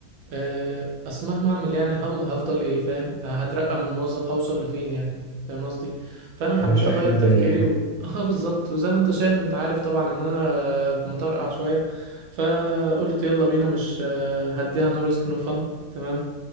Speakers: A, on the right; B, in the centre.
A: آه، اصل مهما اعمل يعني هل- هفضل ايه فاهم آه، هترقى من موظف هوصل لفين يعني فاهم قصدي فانا حبيت
B: مش اخر
A: اغير
B: الدنيا
A: تفكيري
B: يعني
A: و... <laughs> اه بالظبط وزي ما انت شايف انت عارف طبعا ان انا مطرقع شويه فقلت يلا بينا مش آه، هديها نو ريسك نو فن تمام